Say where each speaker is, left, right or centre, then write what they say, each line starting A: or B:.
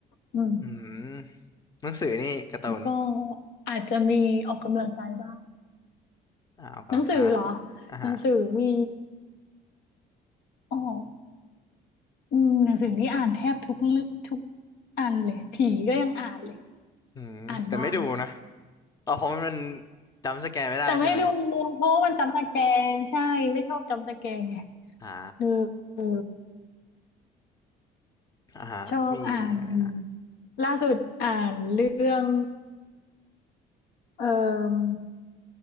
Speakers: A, on the left; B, on the left.
A: อืม
B: อืมหนังสือนี่การ์ตูน
A: แล้วก็อาจจะมีออกกำลังกายบ้าง
B: อ่าออกกำลังกายอ่าฮะ
A: หนังสือเหรอหนังสือมีออกอืมหนังสือนี่อ่านแทบทุกเรื่องทุกอันเลยผีก็ยังอ่านเลย
B: อืมแต่ไม่ดูนะ
A: อ่านบ้าง
B: อ๋อเพราะมันมันจำสแกนไม่ได้ใช่ไหม
A: แต่ไม่ดูเพราะว่ามันจำตะแกรงใช่ไม่ชอบจำตะแกรงไง
B: อ่า
A: เออเออ
B: อ่าฮะมีอะไรนะ
A: ชอบอ่านล่าสุดอ่านเรื่องเอ่อ